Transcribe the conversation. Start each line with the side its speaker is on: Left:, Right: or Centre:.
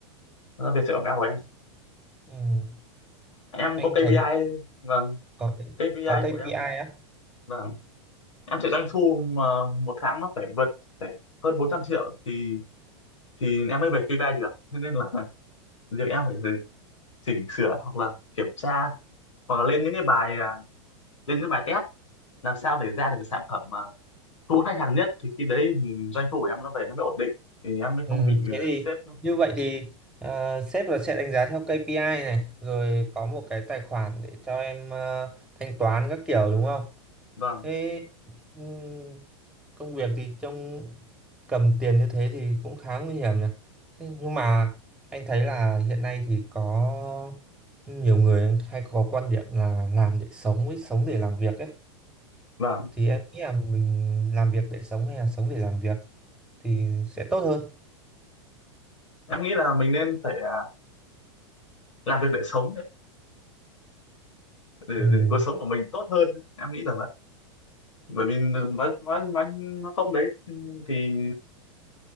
Left: cho việc chạy quảng cáo của em.
Centre: Ừm,
Left: Em
Centre: anh
Left: có KPI
Centre: thấy
Left: vâng
Centre: có
Left: KPI
Centre: có ca
Left: của
Centre: pê
Left: em
Centre: i á.
Left: vâng em sẽ doanh thu mà một tháng nó phải vượt phải hơn 400 triệu thì thì em mới về KPI được Thế nên là <laughs> việc em phải dự- chỉnh sửa hoặc là kiểm tra hoặc là lên những cái bài à, lên những bài test làm sao để ra được cái sản phẩm mà thu hút khách hàng nhất thì khi đấy thì doanh thu của em nó về nó mới ổn định thì em mới
Centre: Ừ,
Left: không bị
Centre: thế
Left: ờ,
Centre: thì
Left: sếp nó-
Centre: như vậy thì ờ, sếp là sẽ đánh giá theo KPI này rồi có một cái tài khoản để cho em ờ, thanh toán các kiểu đúng không?
Left: vâng
Centre: Thế ừm, công việc thì trong cầm tiền như thế thì cũng khá nguy hiểm nhỉ. Thế nhưng mà anh thấy là hiện nay thì có nhiều người hay có quan điểm là làm để sống với sống để làm việc ấy.
Left: vâng
Centre: Thì em nghĩ là mình làm việc để sống hay là sống để làm việc thì sẽ tốt hơn.
Left: em nghĩ là mình nên phải à, làm việc để sống ấy, để,
Centre: Ừ.
Left: để cuộc sống của mình tốt hơn em nghĩ là vậy bởi vì nói nói nói nó không đấy thì